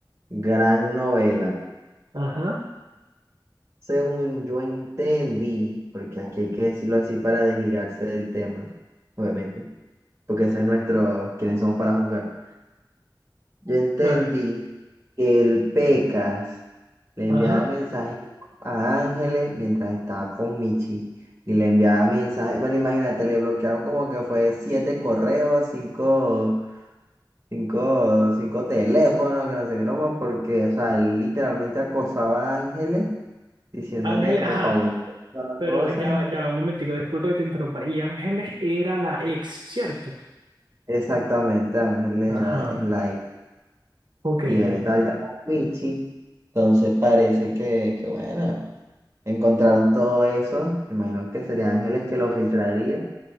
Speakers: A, on the right; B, on the right.
A: gran novela?
B: Ajá,
A: Según yo entendí, porque aquí hay que decirlo así para desligarse del tema, obviamente, porque ese es nuestro, quiénes somos para jugar. Yo entendí
B: claro.
A: que el Pecas le enviaba
B: Ajá.
A: mensajitos a Ángeles mientras estaba con Michi y le enviaba mensajes. Bueno, imagínate, le bloquearon como que fue siete correos, cinco, cinco, cinco teléfonos, que no sé qué broma, porque, o sea, él literalmente acosaba a Ángeles diciéndole
B: Ángeles,
A: como
B: ajá.
A: para volver a la
B: Pero
A: cosa.
B: ya, va- ya, va, un momentico, disculpa que te interrumpa. Y Ángeles era la ex, ¿cierto?
A: Exactamente, Ángeles
B: Ajá.
A: era- es la ex
B: Ok,
A: y
B: ok.
A: él está ahorita con Michi, entonces parece que, que bueno. Encontraron todo eso, me imagino que sería Ángeles que lo filtraría.